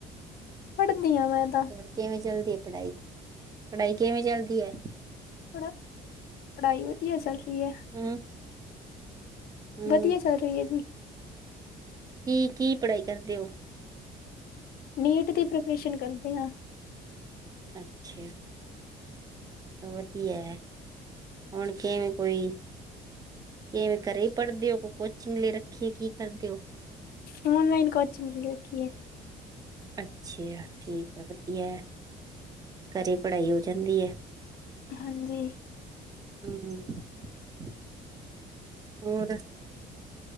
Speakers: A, on the left; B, on the right.
A: ਪੜ੍ਹਦੀ ਹਾਂ ਮੈਂ ਤਾਂ।
B: ਹੋਰ ਕਿਵੇਂ ਚੱਲਦੀ ਆ ਪੜ੍ਹਾਈ, ਪੜ੍ਹਾਈ ਕਿਵੇਂ ਚੱਲਦੀ ਐ?
A: ਪੜ, ਪੜ੍ਹਾਈ ਵਧੀਆ ਚੱਲ ਰਹੀ ਐ।
B: ਹੂੰ। ਹੂੰ
A: ਵਧੀਆ ਚੱਲ ਰਹੀ ਏ ਜੀ।
B: ਕੀ- ਕੀ ਪੜ੍ਹਾਈ ਕਰਦੇ ਓ?
A: ਨੀਟ ਦੀ ਪ੍ਰਪੇਸ਼ਨ ਕਰਦੇ ਆ।
B: ਅੱਛਾ। ਚਲੋ ਵਧੀਆ ਐ, ਹੁਣ ਕਿਵੇਂ ਕੋਈ ਕਿਵੇਂ ਘਰੇ ਪੜ੍ਹਦੇ ਓ, ਕੋ ਕੋਚਿੰਗ ਲੈ ਰੱਖੀ, ਕੀ ਕਰਦੇ ਓ?
A: ਔਨਲਾਈਨ ਕੋਚਿੰਗ ਕੀ ਰੱਖੀ ਐ।
B: ਅੱਛਾ ਠੀਕ ਆ ਵਧੀਆ ਐ, ਘਰੇ ਪੜ੍ਹਾਈ ਹੋ ਜਾਂਦੀ ਹੈ।
A: ਹਾਂਜੀ।
B: ਹੂੰ- ਹੂੰ, ਹੋਰ?